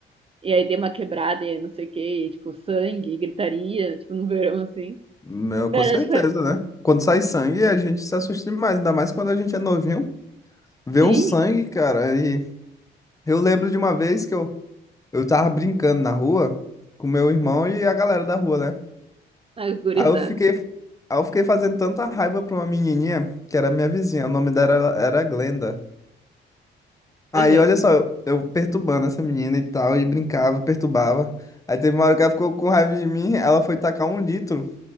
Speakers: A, on the right; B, on the left.
A: E aí dei uma quebrada e não sei o que, tipo, sangue, gritaria, tipo, no verão, assim.
B: <laughs> Meu, com
A: Mas
B: certeza,
A: acho que foi...
B: né? Quando sai sangue, a gente se assusta demais, ainda mais quando a gente é novinho. Ver
A: Sim,
B: um sangue, cara. E eu lembro de uma vez que eu, eu tava brincando na rua com meu irmão e a galera da rua, né?
A: ah, gurizada.
B: Aí eu fiquei, aí eu fiquei fazendo tanta raiva pra uma menininha que era minha vizinha. O nome dela era, era Glenda. Aí
A: Aham.
B: olha só, eu, eu perturbando essa menina e tal, e brincava, perturbava. Aí teve uma hora que ela ficou com raiva de mim, ela foi tacar um litro,